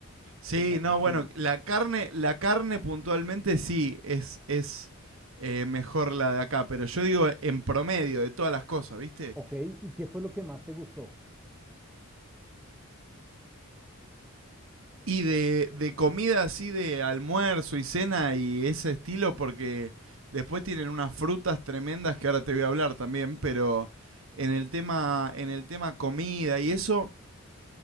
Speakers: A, on the right; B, in the centre.
A: Sí,
B: los argentinos.
A: no, bueno, la carne, la carne puntualmente sí es, es eh, mejor la de acá, pero yo digo en promedio de todas las cosas, ¿viste?
B: Ok, ¿y qué fue lo que más te gustó?
A: Y de, de comida así de almuerzo y cena y ese estilo, porque después tienen unas frutas tremendas que ahora te voy a hablar también, pero en el tema, en el tema comida y eso,